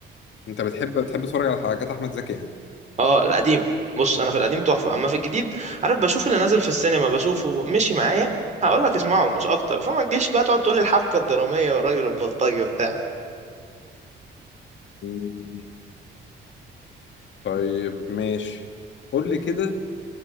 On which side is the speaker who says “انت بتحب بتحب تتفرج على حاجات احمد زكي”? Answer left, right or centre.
Left